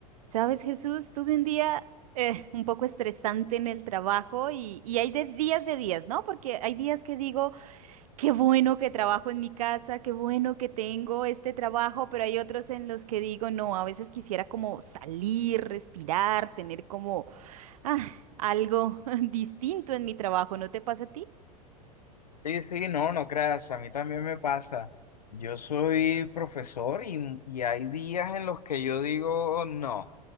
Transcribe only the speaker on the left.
Sí, sí, no, no creas, a mí también me pasa. Yo soy profesor y, y hay días en los que yo digo, no,